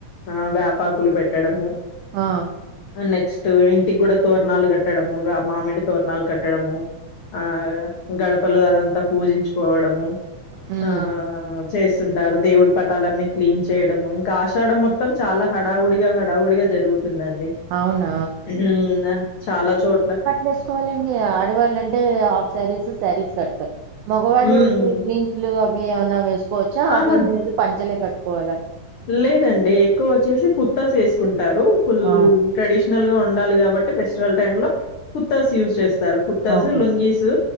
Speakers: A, on the left; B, on the right.
A: ఆ వ ఆకులు పెట్టడము
B: ఆ..
A: నెక్స్ట్ ఇంటికి కూడా తోర్నాలు కట్ కట్టడము ర మామిడి తోరనాలు కట్టడము ఆ గడపలో అదంతా పూజించుకోవడము
B: హ్మ్.
A: ఆ చేస్తుంటారు దేవుడి పటాల అన్నీ క్లీన్ చేయడము ఇంకా ఆషాడం మొత్తం చాలా హడావుడిగా హడావుడిగా జరుగుతుందండి
B: అవునా
A: ఉ న చాలా చోట్ల
B: వేసుకోవాలిండి ఆడవాళ్ళంటే హాఫ్ శారీస్ శారీస్ కడతారు మగవాళ్ళుకి
A: హ్మ్.
B: జీన్స్ లు అవి ఏమన్నా వేసుకోవచ్చా
A: ఆహా!
B: అవి ఏం లేదు పంచలే కట్టుకోవాలా
A: లేదండి ఎక్కువ వచ్చేసి కుత్తాస్ వేసుకుంటారు ఫుల్
B: ఆ
A: ట్రెడిషనల్ గా ఉండాలి కాబట్టి ఫెస్టివల్ టైమ్ లో కుత్తాస్ యూజ్ చేస్త తరు కుర్తాసు,
B: ఓకే
A: లుంగీసు